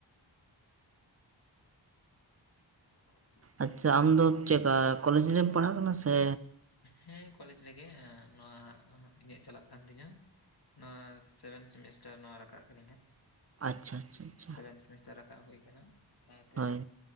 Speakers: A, on the left (about 55°); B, on the right (about 35°).
A: <inaudible>
B: ᱟᱪᱪᱷᱟ ᱟᱢᱫᱚ ᱪᱮᱠᱟ ᱠᱚᱞᱮᱡᱽ ᱨᱮᱢ ᱯᱟᱲᱦᱟᱜ ᱠᱟᱱᱟ ᱥᱮ
A: ᱦᱮᱸ ᱠᱚᱞᱮᱡᱽ ᱨᱮᱜᱮ ᱱᱚᱣᱟ ᱤᱧᱟᱹᱜ ᱪᱟᱞᱟᱜ ᱠᱟᱱ ᱛᱤᱧᱟᱹ ᱱᱚᱣᱟ ᱥᱮᱵᱷᱮᱱ ᱥᱮᱢᱤᱥᱴᱟᱨ ᱱᱚᱣᱟ ᱨᱟᱠᱟᱜ ᱠᱟᱹᱱᱤᱧ ᱦᱟᱸᱜ
B: ᱟᱪᱪᱷᱟ ᱟᱪᱪᱷᱟ ᱟᱪᱪᱷᱟ
A: ᱥᱮᱵᱷᱮᱱ ᱥᱮᱢᱤᱥᱴᱟᱨ ᱨᱟᱠᱟᱵ ᱦᱩᱭ ᱠᱟᱱᱟ ᱥᱟᱶᱛᱮ
B: ᱦᱳᱭ